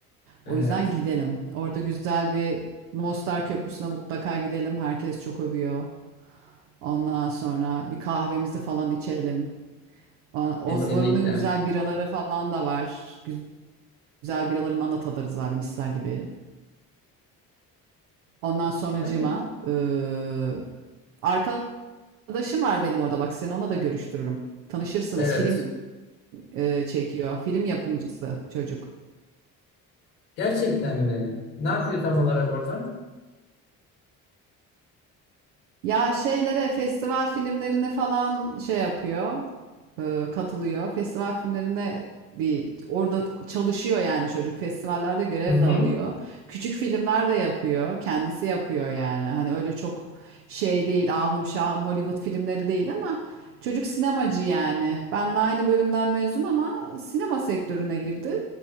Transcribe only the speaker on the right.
O yüzden gidelim. Orada güzel bir Mostar Köprüsü'ne mutlaka gidelim. Herkes çok övüyor. Ondan sonra bir kahvemizi falan içelim. O- or-
Oranın güzel biraları falan da var. Gü- Güzel biralarından da tadarız abi misler gibi. Ondan sonracığıma
eee arkadaşım var benim orada bak seni ona da görüştürürüm. Tanışırsınız.
Film eee, çekiyor. Film yapımcısı çocuk.
Ya şeylere, festival filmlerine falan şey yapıyor, e, katılıyor. Festival filmlerine bir orada çalışıyor yani çocuk. Festivallerde görev
de alıyor. Küçük filmler de yapıyor, kendisi yapıyor yani. Hani öyle çok şey değil, ahım şahım Hollywood filmleri değil ama çocuk sinemacı yani. Benle aynı bölümden mezun ama sinema sektörüne girdi.